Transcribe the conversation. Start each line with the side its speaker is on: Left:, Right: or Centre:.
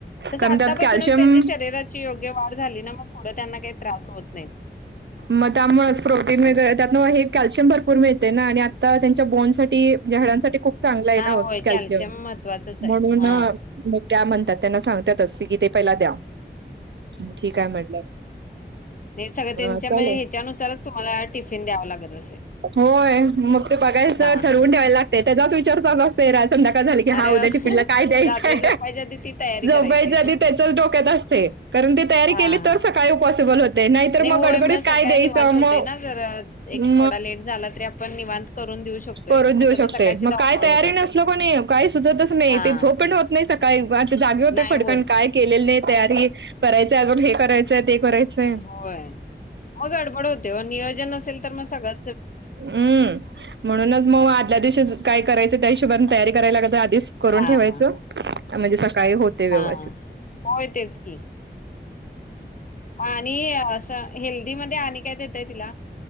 Left: कसं
Right: कारण
Left: आत्तापासूनच
Right: त्यात कॅल्शियम
Left: त्यांच्या शरीराची योग्य वाढ झाली ना, मग पुढं त्यांना काही त्रास होत नाहीत.
Right: मग त्यामुळेच प्रोटीन वगैरे <unintelligible> त्यातन कॅल्शियम भरपूर मिळतय ना, आणि आत्ता त्यांच्या बोनसाठी म्हणे हाडांसाठी खूप चांगलय
Left: हा
Right: ना होत
Left: होय
Right: कॅलशीयम
Left: कॅल्शियम महत्त्वाचंच आहे
Right: म्हणून
Left: हा
Right: म त्या त्यांना सांगतात असते की ते पहिला द्या. मगं ठीक आहे म्हटलं.
Left: हे सगळं त्यांच्या
Right: मग चालेल
Left: म्हणजे ह्याच्यानुसारच तुम्हाला टिफिन द्यावं लागेल.
Right: होय! मग ते बघायच
Left: हा
Right: ठरवून
Left: हा
Right: ठेवायला लागतेय, त्याचाच विचार चालू असतय रा संध्याकाळ झालं की
Left: अरे
Right: हा उद्या
Left: बापरे!
Right: टीपीनला काय द्यायचंय?
Left: रात्री झोपायच्या आधी ती तयारी
Right: झोपायच्या
Left: करायची.
Right: आधी त्याचच डोक्यात असते. कारण ती तयारी
Left: हां,
Right: केली
Left: हां.
Right: तर सकाळी पॉसिबल होते नाहीतर
Left: नाही
Right: मग
Left: होय,
Right: गडबडीत काय
Left: सकाळी
Right: द्यायचं
Left: निवांत होतंय
Right: म
Left: ना जरा एक
Right: मी
Left: थोडा लेट झाला तरी आपण निवांत करून देऊ शकतोय,
Right: करून
Left: नाही
Right: देऊ
Left: तर
Right: शकते
Left: मग सकाळची धावपळ
Right: काय तयारी
Left: होत असेल.
Right: नसल कोणी काही सुचतच नाही
Left: हां,
Right: ते झोप पण होत नाही सकाळी उगाच ते जागे होते
Left: नाही
Right: खडकन
Left: होत.
Right: काय केलेले नाही तयारी करायचय, अजून हे करायचंय ते करायचंय.
Left: होय. मग गडबड होते नियोजन असेल तर मग सगळ
Right: हम्म. म्हणूनच म व आदल्या दिवशी काय करायचं त्या हिशोबने तयारी करायला लागते. डीस करून
Left: हां,
Right: ठेवायच
Left: हां,
Right: म्हणजे
Left: हां.
Right: सकाळी होते व्यवथित.
Left: हां. होय, तेच की. आणि असं हेल्दी मध्ये आणि काय देताय तिला?